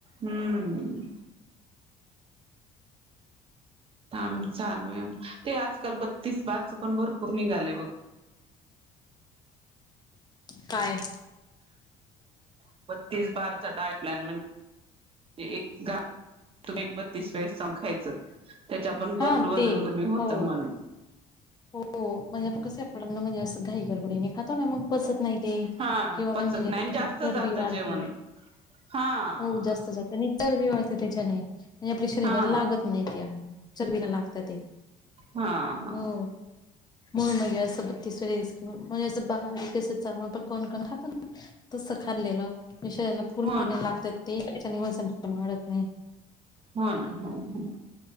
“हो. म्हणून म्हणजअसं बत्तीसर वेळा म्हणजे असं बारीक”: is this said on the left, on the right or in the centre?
Left